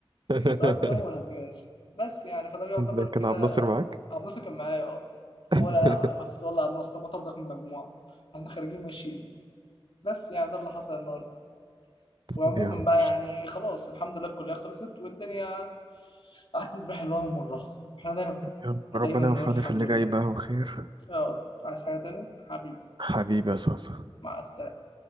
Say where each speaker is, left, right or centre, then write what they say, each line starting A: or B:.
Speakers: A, on the right (about 55°); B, on the left (about 60°).
A: <laughs>
B: واتساب وما لحقتوهاش بس يعني فده بيعتبر
A: ده
B: كده
A: كان عبد الناصر معاك؟
B: عبد الناصر كان معايا اه
A: <laughs>
B: هو لا بس والله يا عبد الناصر ما طردك من المجموعه احنا خارجين ماشيين بس يعني ده اللي حصل النهارده وعموما
A: طب يا عم
B: بقى
A: قشطة.
B: يعني خلاص الحمد لله الكليه خلصت والدنيا عدت بحلوها ومرها احنا دايما
A: يا عم ربنا
B: دايما نقول
A: يوفقنا
B: الحمد
A: في اللي
B: لله
A: جاي بقى وخير
B: يا رب عايز حاجه تاني حبيبي
A: حبيبي يا صوصة
B: مع السلامه